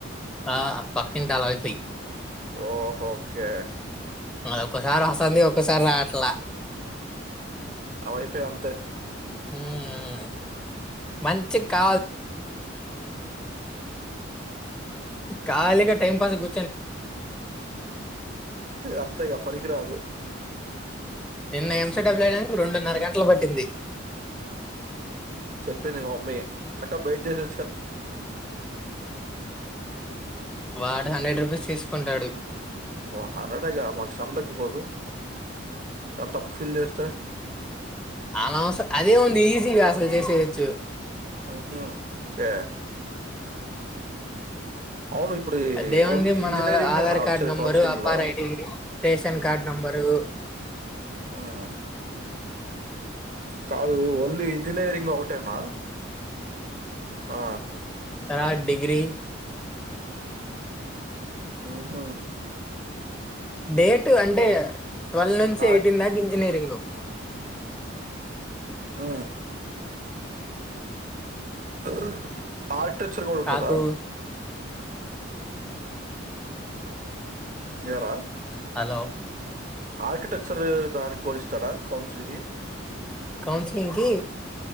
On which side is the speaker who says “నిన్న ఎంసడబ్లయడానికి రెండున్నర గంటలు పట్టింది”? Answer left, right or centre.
Centre